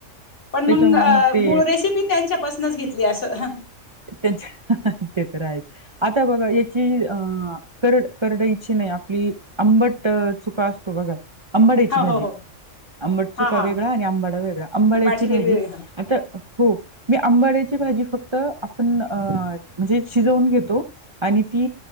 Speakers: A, on the left (about 65°); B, on the right (about 30°).
A: पण
B: त्याच्यामूळ मग ते
A: मूळ रेसिपी त्यांच्यापासूनच घेतली असं.
B: त्यांच्या ते तर आहे. आता बघा याची की करड करडायची नाय आपली आंबट चुका असतो बघा? आंबाड्याची
A: हो
B: भाजी
A: हो हो
B: आंबड
A: हा
B: चुका
A: हा
B: वेगळा आणि आंबाडा वेगळा. आंबाड्याची
A: बाळची
B: भाजी
A: वेगळी वेगळी हा
B: आता हो मी आंबाड्याची भाजी फक्त आपण म्हणजे शिजवून घेतो. आणि ती